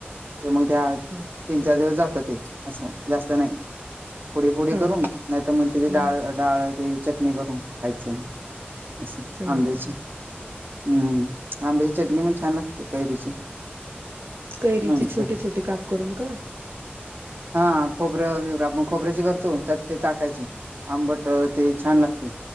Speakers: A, on the right (about 55°); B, on the right (about 80°).
A: ते मग त्या
B: हा
A: तीन-चार दिवस जातं ते असं जास्त नाही. फुडी फुडी
B: हा
A: करून
B: का
A: नाही तर मग त्याची
B: हम्म
A: डाळ डाळ ती चटणी करून खायचं. असं
B: हा
A: आंबेच्या
B: का
A: हम्म आंबे चटणी पण छान लागते कैरीची.
B: कैरीचे
A: लोणचं
B: छोटे-छोटे काप करून का?
A: हा खोबरं विवरा आपण खोबऱ्याचे करतो त्यात ते टाकायचे आंबट ते छान लागते.